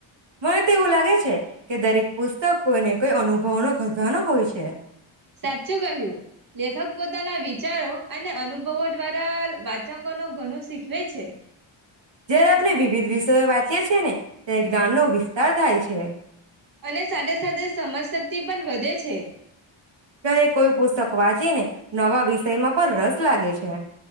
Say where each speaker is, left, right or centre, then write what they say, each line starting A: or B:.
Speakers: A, on the right; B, on the right.
A: મને તો એવું લાગે છે કે દરેક પુસ્તક કોઈને કોઈ અનુભવનો ખજાનો હોય છે.
B: સાચું કહ્યું. લેખક પોતાના વિચારો અને અનુભવો દ્વારા વાચકોનો ઘણું શીખવે છે.
A: જયારે આપણે વિવિધ વિષયો વાંચીએ છીએ ને ત્યારે જ્ઞાનનો વિસ્તાર થાય છે.
B: અને સાથે સાથે સમજ શક્તિ પણ વધે છે.
A: ક્યારે કોઈ પુસ્તક વાંચીને નવા વિષયમાં પણ રસ લાગે છે.